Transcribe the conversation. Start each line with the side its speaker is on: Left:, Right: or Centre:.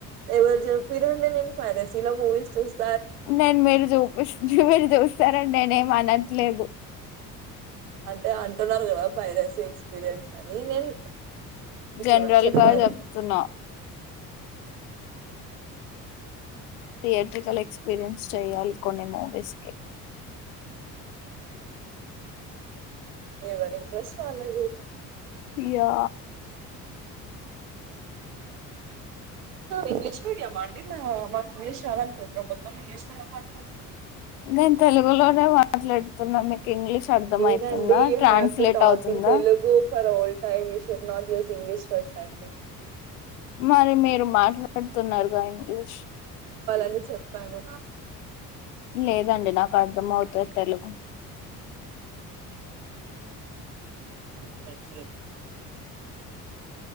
Right: ఎవరిజ పిరడి నేను ఫైస ఇలా మూవీస్ చ
Left: నేను మీరు చూపి మీరు చూస్తారండి నేనే ఏంఆన్ అంతేలే
Right: అంటే అంటున్నారు కదా పైరసీ ఎక్స్పీరియన్స్ అని నేను మీకేమన్నా
Left: జనరల్
Right: చెప్పారు
Left: గా చెప్తున్నా థియేట్రికల్ ఎక్స్పీరియన్స్ చేయాలి కొన్ని మూవీస్ కి
Right: ఎవరి ఇ ఫ్రస్ట్ వలలేద
Left: యా
Right: ఇంగ్లీష్ మీడియయం అండి ఇంగ్లీష్షద అకుంట్రొమ్ ఇంగ్లీష్ మీడి మాట్లా
Left: నేను తెలుగులోనే మాట్లాడ న్న ఇంగ్లీష్ అర్ధం
Right: లేదండి
Left: అయితుందా
Right: you
Left: translate
Right: have to talk
Left: అవుతుందా
Right: in Telugu for old time you should not use English words అండి
Left: మరి మేరు మాట్ పడుతున్నారుగా ఇంగ్లీష్
Right: అ చెప్పాను
Left: లేదండి నాకు అర్థం అవుతది తెలుగు
Right: పలే